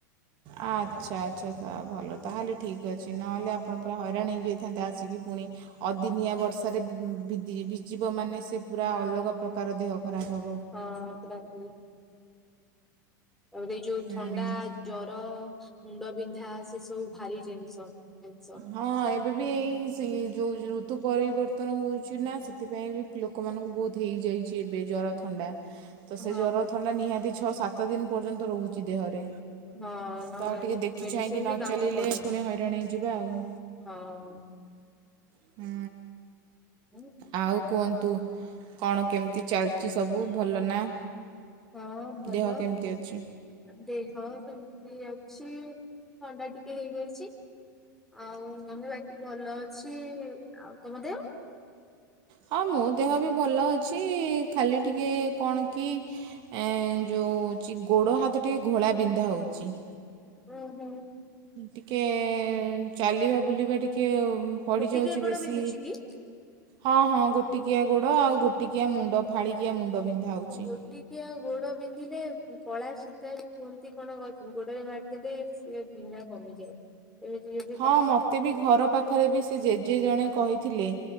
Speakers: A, on the right; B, in the centre.
A: ଅଚ୍ଛା ଅଚ୍ଛା ତା ଭଲ
B: ହଁ
A: ତାହେଲେ ଠିକ ଅଛି। ନହେଲେ ଆପଣ ପୁରା ହରାଣ ହେଇଯାଇଥାନ୍ତେ ଆସିକି ପୁଣି ଅଦିନିଆ ବର୍ଷାରେ ବିଜିବ ମାନେ ସେ ପୁରା
B: ହଁ
A: ଅଲଗା ପ୍ରକାର ଦେହ ଖରାପ ହେବ
B: ହଁ ହଁ ପୁରା <inaudible> <unintelligible> ଆଉ ଏଇ ଯୋଉ
A: ହୁଁ
B: ଥଣ୍ଡା ଜର ମୁଣ୍ଡବିନ୍ଧା ସେ ସବୁ ଭାରି ଟେନସ ଜଷ
A: ହଁ ଏବେ ବି ଏଇ ସେ ଯେଉଁ ଋତୁ ପରିବର୍ତ୍ତନ ହେଉଛି ନା ସେଥିପାଇଁ ବି ଲୋକମାନଙ୍କୁ ବହୁତ ହେଇଯାଇଛି ଏବେ ଜର ଥଣ୍ଡା। ତ
B: ହଁ
A: ସେ ଜର ଥଣ୍ଡା ନିହାତି ଛଅ ସାତ ଦିନ ପର୍ଯ୍ୟନ୍ତ ରହୁଛି ଦେହରେ।
B: ହଁ ନ
A: ତଉ ଟିକେ ଦେଖି
B: ମେଡିସିନ
A: ଚାହିଁକି ନ
B: ବି କାମ
A: ଚାଲିଲେ
B: କରୁନି।
A: ପୁଣି ହଇରାଣ ହେଇଯିବା ଆଉ।
B: ହଁ
A: ହୁଁ
B: ଉଁ
A: ଆଉ କୁହନ୍ତୁ କଣ କେମିତି ଚାଲିଛି ସବୁ ଭଲ ନା?
B: ହଁ ଭଲ।
A: ଦେହ କେମିତି ଅଛି
B: ଦେହ ସେମିତି ଅଛି ଥଣ୍ଡା ଟିକେ ହେଇଯାଇଛି। ଆଉ ମାନେ ବାକି ଭଲ ଅଛି ଆଉ ତମ ଦେହ?
A: ହଁ ମୋ ଦେହ ବି ଭଲ ଅଛି ଖାଲି ଟିକିଏ କଣ କି ଏ ଯୋଉଁ ଚି ଗୋଡ଼ ହାତ ଟିକେ ଘୋଳା ବିିନ୍ଧା ହେଉଛି।
B: ହୁଁ ହୁଁ।
A: ଟିକେ ଚାଲିବା ବୁଲିବା ଟିକେ ପଡି
B: ଗୋଟିକିଆ
A: ଯାଉଛି
B: ଗୋଡ
A: ବେଶୀ।
B: ବିନ୍ଧୁଛି କି?
A: ହଁ ହଁ ଗୋଟିକିଆ ଗୋଡ ଆଉ ଗୋଟିକିଆ ମୁଣ୍ଡ ଫାଳିକିଆ ମୁଣ୍ଡ ବିନ୍ଧା। ହେଉଛି
B: ଗୋଟିକିଆ ଗୋଡ ବିନ୍ଧିଲେ କଳା ସୂତା କୁହନ୍ତି କଣ କର ଗୋଡରେ ମାରିଦେଲେ ସେ ବିନ୍ଧା କମିଯାଏ। ଏ ହେ
A: ହଁ ମତେ ବି ଘର ପାଖରେ ବି ସେ ଜେଜେ ଜଣେ କହିଥିଲେ।